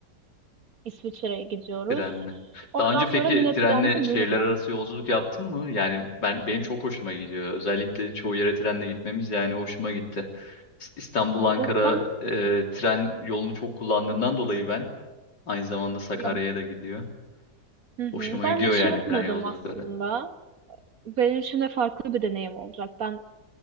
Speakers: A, on the right; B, on the left.
A: İsviçre'ye gidiyoruz.
B: trenle.
A: Oradan
B: Daha önce
A: sonra
B: peki
A: yine
B: trenle
A: trenle Münih'e.
B: şehirler arası yolculuk yaptın mı? Yani ben benim çok hoşuma gidiyor. Özellikle çoğu yere trenle gitmemiz yani hoşuma gitti. İs- İstanbul Ankara
A: Ya ben
B: e, tren yolunu çok kullandığımdan dolayı ben aynı zamanda Sakarya'ya
A: ya
B: da gidiyor.
A: Hı hı.
B: Hoşuma
A: Ben
B: gidiyor
A: hiç
B: yani
A: yapmadım
B: tren yolculukları.
A: aslında. Benim için de farklı bir deneyim olacak. Ben